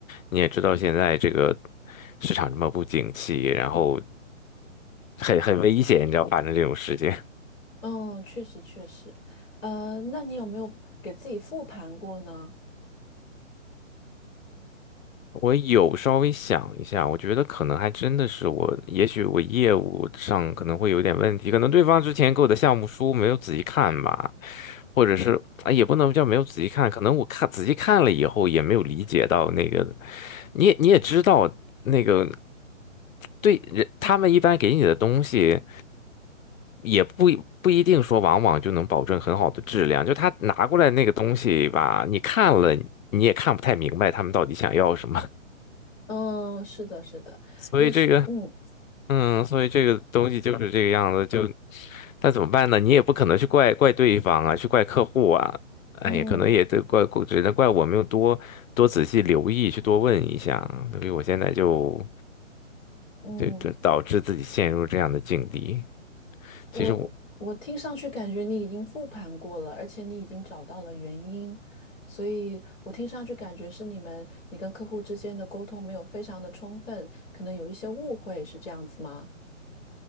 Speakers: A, on the left; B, on the left.
A: 你也知道，现在这个市场这么不景气，然后很很危险，你知道发生这种事情。
B: 哦，确实确实，呃，那你有没有给自己复盘过呢？
A: 我有稍微想一下，我觉得可能还真的是我，也许我业务上可能会有点问题，可能对方之前给我的项目书没有仔细看吧，或者是啊，也不能叫没有仔细看，可能我看仔细看了以后也没有理解到那个，你也你也知道那个对人，他们一般给你的东西也不一不一定说往往就能保证很好的质量，就他拿过来那个东西吧，你看了你也看不太明白他们到底想要什么，
B: 嗯，是的，是的，
A: <laughs> 所以这个。
B: 有时，嗯
A: 嗯，所以这个东西就是这个样子，就但怎么办呢？你也不可能去怪怪对方啊，去怪客户啊，哎，
B: 嗯。
A: 可能也得怪，只能怪我没有多多仔细留意，去多问一下啊，所以我现在就
B: 嗯，
A: 就就导致自己陷入这样的境地。
B: 我我我听上去感觉你已经复盘过了，
A: 其实我，
B: 而且你已经找到了原因，所以我听上去感觉是你们你跟客户之间的沟通没有非常的充分，可能有一些误会，是这样子吗？